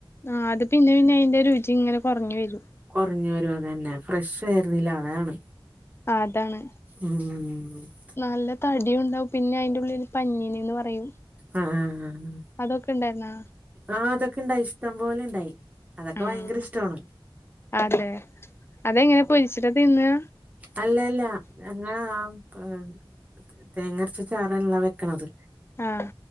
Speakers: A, on the left (about 25°); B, on the right (about 15°).
A: ആഹ് അത് പിന്നെ പിന്നെ അയിന്റെ രുചി ഇങ്ങനെ കുറഞ്ഞു വരും
B: കൊറഞ്ഞു വരും അതന്നെ ഫ്രഷ് ആയിരുന്നില്ല അതാണ്
A: ആഹ് അതാണ്
B: ഉം
A: നല്ല തടിയുണ്ടാവും പിന്നെ അയിൻ്റുള്ളില് പനിഞീന്നി ന്നു പറയും
B: ആഹ്
A: അതൊക്കെ ഇണ്ടായിരുന്നാ
B: ആഹ് ആഹ് അതൊക്കെ ഇണ്ടായി ഇഷ്ടം പോലെ ഇണ്ടായി അതൊക്കെ
A: ആ
B: ഭയങ്കര ഇഷ്ടവാണ്
A: അതെ അതെങ്ങനെ പൊരിച്ചിട്ട തിന്നാ
B: അല്ലല്ല ഞങ്ങ <unintelligible> തേങ്ങരച്ച ചാറല്ല വെക്കണത്
A: ആഹ്